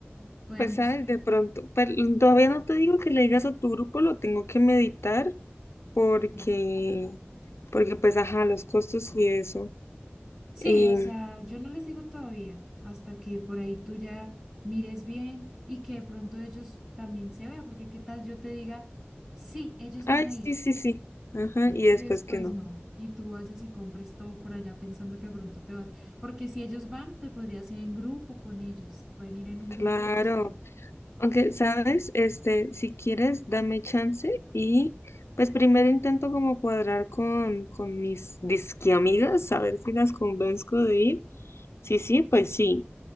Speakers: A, on the right; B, on the left.
A: Pueden
B: Pues,
A: buscar.
B: ¿sabes? De pronto, pero todavía no te digo que le digas a tu grupo, lo tengo que meditar porque,
A: Sí,
B: porque pues, ajá, los costos y eso.
A: sí,
B: Y,
A: o sea, yo no les digo todavía, hasta que por ahí tú ya mires bien y que de pronto ellos también se vean, porque qué tal yo te diga, sí, ellos
B: ay,
A: van a
B: sí,
A: ir.
B: sí, sí, ajá, y después
A: Y después
B: que no.
A: no. Y tú vayas y compres todo por allá pensando que de pronto te vas. Porque si ellos van, te podrías ir en grupo con ellos. Pueden ir en un
B: Claro,
A: grupo y pues ahí.
B: aunque, ¿sabes? Este, si quieres, dame chance y, pues, primero intento como cuadrar con, con mis disque amigas, a ver si las convenzco de ir. Sí, sí, pues sí.